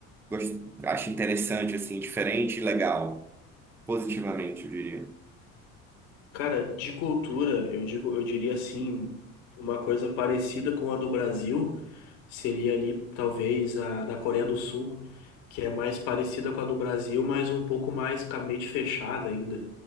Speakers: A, in the centre; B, on the left.
A: gost- acha interessante, assim, diferente e legal, positivamente, eu diria.
B: Cara, de cultura, eu digo, eu diria assim, uma coisa parecida com a do Brasil seria ali talvez a da Coreia do Sul, que é mais parecida com a do Brasil, mas um pouco mais com a mente fechada ainda.